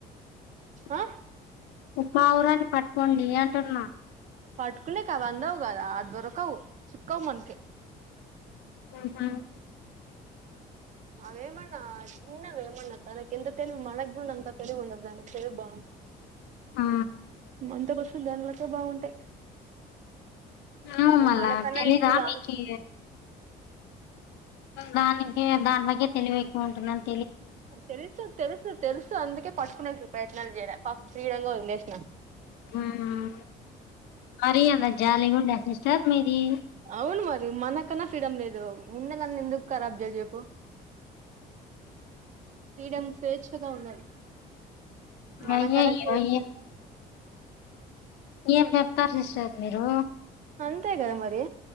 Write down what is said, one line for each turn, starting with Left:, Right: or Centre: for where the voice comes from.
Left: <inaudible>
Right: ఆ
Left: పావురాని పట్టుకోండి అంటున్నా.
Right: పట్కునేకి అవి అందవ్ గదా, దొరకవ్. చిక్కవ్ మన్కీ.
Left: మ్మ్
Right: అవేమన్న చిన్నవేమన్న, తనక్ ఎంత తెలివి మనగ్ గున్నంతా, తెలివి ఉండద్ దానికి తెలి బా
Left: ఆ
Right: <unintelligible> లాకే బాగుంటాయి.
Left: అవును
Right: అవి
Left: మళ్ళా
Right: మనకన్నా
Left: తెలీదా
Right: ఎక్కులాంగ్,
Left: మీకి దానికి, దాంట్లోకి తెలివి ఎక్కువ ఉంటున్దన్
Right: తెలుసు, తెలుసు, తెలుసు అందుకే పట్టుకునేకి ప్రయత్నాలు జేయ్ల. పాపం ఫ్రీడంగా ఓదిలేసిన.
Left: హుమ్మ్. మరి అంత జాలీగా గుండె, సిస్టర్ మీది.
Right: అవున్ మరి, మనకన్నా ఫ్రీడం లేదు, ఉండే నన్ని ఎందుక్ ఖరాబ్ జే జేప్పు. ఫ్రీడం స్వేచ్ఛగా ఉండాలి. మన
Left: అయ్యయ్యో
Right: కాడా స్వేచ్చ
Left: ఏ
Right: ఎట్లా.
Left: ఏం జేప్తార్ సిస్టార్ మీరు.
Right: అంతే గదా మరి.